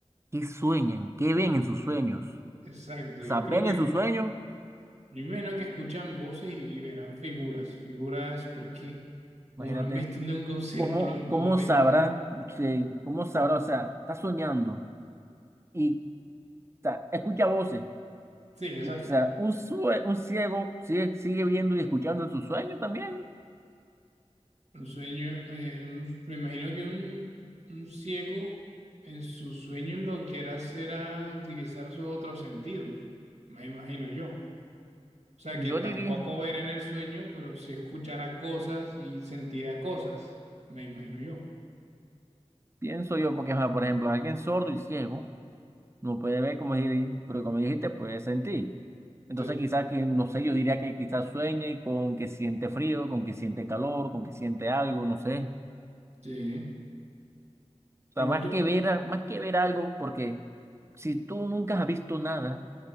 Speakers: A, on the right; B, on the right.
A: ¿qué sueñan? ¿Qué ven en sus sueños?
B: Exacto,
A: O
B: yo
A: sea,
B: creo
A: ven
B: que,
A: en sus sueños,
B: yo imagino que escuchan voces y, y verán figuras, figuras, pero es que como
A: imagínate,
B: no han visto nunca un <laughs> círculo,
A: ¿cómo,
B: como
A: cómo
B: han visto,
A: sabrá, sí, cómo sabrá, o sea, está soñando y o sea, escucha voces.
B: sí, exacto.
A: O sea, un, sue- un ciego sigue, sigue viendo y escuchando en sus sueños también.
B: Un sueño, eh, un- me imagino que un, un ciego en sus sueños lo que hará será utilizar sus otros sentidos, me imagino yo. O sea,
A: Yo
B: que tampoco
A: diría,
B: verá en el sueño, pero sí escuchará cosas y sentirá cosas, me imagino yo.
A: pienso yo, porque, ajá, por ejemplo, alguien sordo y ciego. No puede ver como, si- pero como dijiste, puede sentir. Entonces
B: Sí,
A: quizás que, no sé, yo diría que quizás sueñe con que siente frío, con que siente calor, con que siente algo, no sé.
B: sí.
A: O sea,
B: Igual
A: más
B: yo.
A: que ver, a- más que ver algo, porque si tú nunca has visto nada,